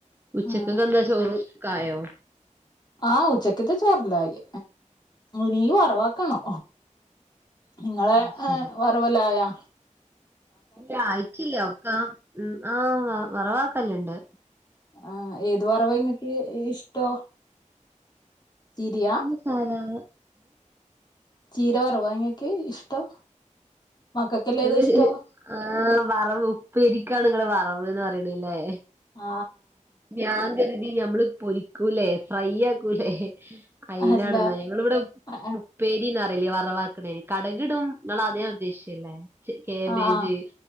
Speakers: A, on the right; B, on the left.
A: ഉച്ചക്ക്ക
B: ആഹ്
A: എന്താ ചോറൊക്കായോ
B: ആ ഉച്ചക്കത്തെ ചോറെല്ലായി നീ വറവാക്കാണോ? നിങ്ങളെ
A: അയ് ശരി
B: ഏ വറവലായോ?
A: ഇല്ല ആയിട്ടില്ല ഒക്ക ആ വറവാക്കലുണ്ട്
B: ആ ഏത് വറവ ഇങ്ങക്ക് ഇഷ്ടോ തിരിയാ?
A: ഞ സാധാ
B: ചീര വറവാ ഇങ്ങക്ക് ഇഷ്ടം മക്കൾക്കെല്ലാം
A: നിങ്ങള്
B: ഏതാ ഇഷ്ടം
A: ആഹ് വറവ്, ഉപ്പേരിക്കാണ് നിങ്ങള് വറവെന്ന് പറയണല്ലേ?
B: ആ
A: ഞാൻ കരുതി ഞമ്മള് പൊരിക്കൂലേ ഫ്രൈ ആക്കൂലേ? അയിനാണെന്നാ
B: അല്ല
A: ഞങ്ങള് വിട
B: ആ
A: ഉപ്പേരിന്നാറയല്ലേ വറവാക്കണേന്, കടുകിടും നിങ്ങൾ അതന്ന ഉദ്ദേശിച്ചല്ലേ? ഇച്ചിരി കേബേജ്
B: ആ